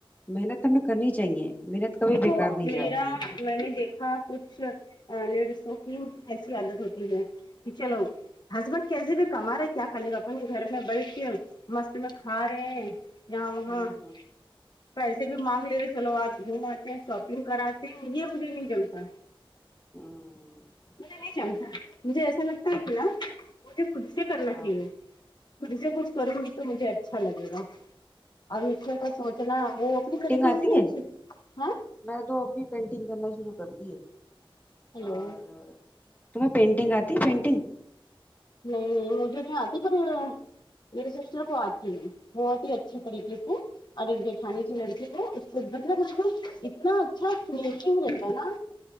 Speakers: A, on the left; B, on the left.
A: محنت ہمیں کرنی چاہیے محنت کبھی
B: دیکھو
A: بےکار نہیں
B: میرا
A: جاتی ہے
B: میں نے دیکھا کچھ لیڑیسوں کی ایسی عادت ہوتی ہے چلو ہسبینڈ کیسے بھی کما رہا کیا کرنے کا اپنے گھر میں بیٹھ کے مست میں کھا رہے ہے یہاں وہاں
A: ہاں
B: پیسے بھی مانگ لے رہے چلو آج گھوم آتے ہیں شاپنگ کراتے ہیں یہ مجھے نہیں جمتا
A: ہوں
B: مجھے نہیں جمتا مجھے ایسا لگتا ہے کہ نا مجھے خود سے کرنا چاہیے
A: ہاں
B: مھ سے کچھ کروں گی تو مجھے اچھا لگے گا اور <unintelligible> مچے کا سوچنا وہ اپنی <unintelligible> کریھی
A: ٹنگ
B: ک
A: آتی
B: سائے
A: ہے
B: ہاں
A: میں نے تو اب بھی پینٹنگ کرنا شروع کر دی ہے
B: ہیلو
A: اور
B: نہیں
A: تمہیں پینٹنگ آتی پینٹنگ
B: نہیں نہیں مجھے نہیں اتی پر میرے سسٹر کو اتی ہے بہت ہی اچھے طریقے سے اور ایک جیٹھانی
A: اچھا
B: کی لڑکی اس مطلب اس کو اتنا اچھا فنشنگ رہتا ہے نا